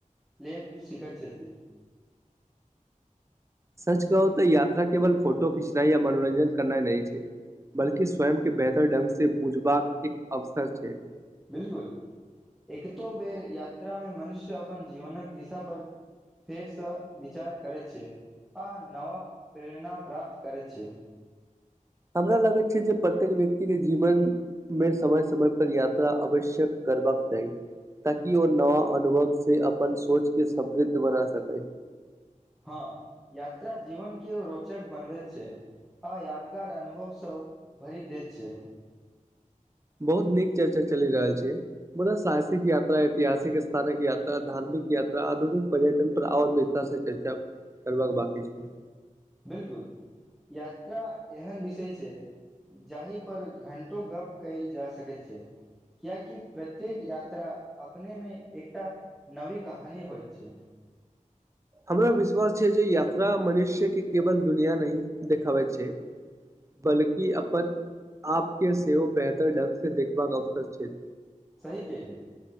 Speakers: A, in the centre; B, on the right.
A: लेब सिखैत छथि
B: सच कहु तो यात्रा केवल फोटो खिचनाइ या मनोरंजन करनाइ नहि छै। बल्कि स्वयं केँ बेहतर ढंग से बुझबाक एक अवसर छै।
A: बिलकुल एकतो बेर यात्रा मे मनुष्य अपन जीवनक दिशा पर। फेरसँ विचार करैत छै आ नवा प्रेरणा प्राप्त करैत छै।
B: हमरा लगैत छै जे प्रत्येक व्यक्ति केँ जीवन। मे समय - समय पर यात्रा आवश्यक करबाक चाही। ताकि ओ नवा अनुभव से अपन सोच केँ समृद्ध बना सकै।
A: हँ यात्रा जीवन केँ ओ रोचक बनबैत छै। आ यादगार अनुभव सभ भरि दैत छै।
B: बहुत नीक चर्चा चलि रहल छै। मुदा साहसिक यात्रा ऐतिहासिक स्थानक याता धार्मिक यात्रा आधुनिक पर्यटन पर आओर विस्तार सँ चर्चा करबाक बाकी छै।
A: बिलकुल यात्रा एहेन विषय छै। जाहिपर घण्टो गप्प कइल जा सकैत छै। कियाकि प्रत्येक यात्रा अपने मे एकटा नवी कहानी होइत छै।
B: हमरा विश्वास छै जे यात्रा मनुष्य केँ केवल दुनिया नही देखाबै छै। बल्कि अपन आप केँ सेहो बेहतर ढंग से देखबाक अवसर छै।
A: सही केहले